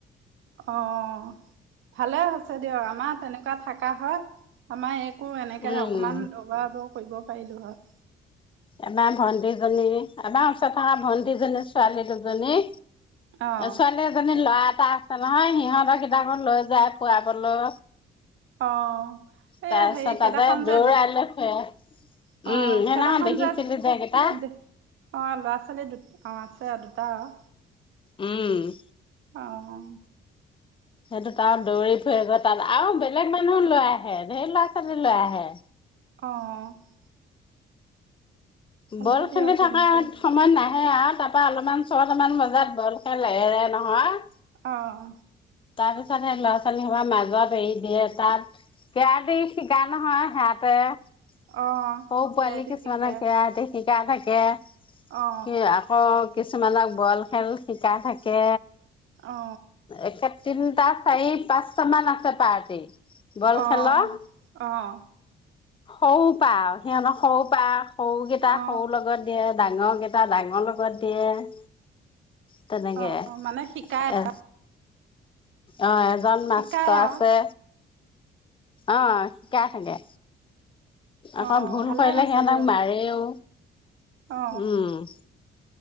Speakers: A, on the right (about 80°); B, on the left (about 25°).
A: অ' অ' অ' ভালে হৈছে দিয়ক। আমাৰ তেনেকুৱা থাকা হয় আমাৰ এইক ময়ো এনেকে
B: উম।
A: অকমান দৌৰাব কৰিব পাৰিলো হয়
B: আমাৰ ভন্টিজনী আমাৰ ওচৰত থকা ভন্টিজনী ছোৱালী দুজনী
A: অ
B: ছোৱালী এজনী ল'ৰা এটা আছে নহয় সিহঁতৰ গিতাকো লৈ যায় ফুৰাবলৈ।
A: অ' এইয়া
B: তাৰপিছত
A: হেৰি সেদিনাখন
B: তাতে দৌৰালৈ
A: যে দেখি
B: ফুৰে
A: অ
B: উম সেইদিনাখন
A: সেদিনাখন
B: দেখিছিলো
A: যে
B: এইকেইটা
A: দেখি অ' ল'ৰা-ছোৱালী দু অ' আছে অ দুটা আৰু
B: উম।
A: অ' অ'
B: সেইটো তাৰ দৌৰি ফুৰে গৈ তাত আৰু বেলেগ মানুহো লৈ আহে। ধেৰ ল'ৰা-ছোৱালী লৈ আহে।
A: অ' অ' অ' ভালে
B: বৰ
A: দিয়ক
B: খেলি
A: তেনেকে
B: থকা। সময়ত নাহে আৰু তাৰপৰা অলপমান ছটামান বজাত বল খেলে নহয়!
A: অঁ
B: তাৰপিছত সেই ল'ৰা-ছোৱালী সোপাৰ মাজত এৰি দিয়ে তাত কেৰাতি শিকা নহয় সিহঁতে সৰু
A: অ
B: পোৱালি
A: কেৰাটে
B: কিছুমানে
A: শিকাই
B: কেৰাতি শিক শিকাই থাকে।
A: অ
B: কি আকৌ কিছুমানক বল খেল শিকাই থাকে।
A: অ
B: একে তিনটা চাৰি পাঁচটা মান আছে পাৰ্টি। বল
A: অ'
B: খেলৰ
A: অ'
B: সৰু পা, সিহঁতক সৰু পা সৰুকেইটা
A: অ
B: সৰু লগত। দিয়ে ডাঙৰ কেইটা ডাঙৰ লগত দিয়ে। তেনেকে
A: অ মানে শিকাই আছা
B: এ অ এজন মাষ্ট
A: শিকাই আৰু
B: আছে। অ' শিকাই থাকে। আকৌ
A: অ
B: ভুল
A: ভালে
B: কৰিলে
A: হৈছে
B: সিহঁতক
A: দিয়ক
B: মাৰেও।
A: অ
B: উম